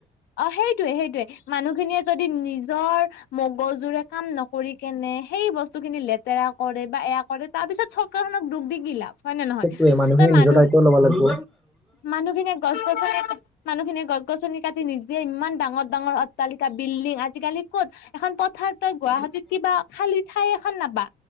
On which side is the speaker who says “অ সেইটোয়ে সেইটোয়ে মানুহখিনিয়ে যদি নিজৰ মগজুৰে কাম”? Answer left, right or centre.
Left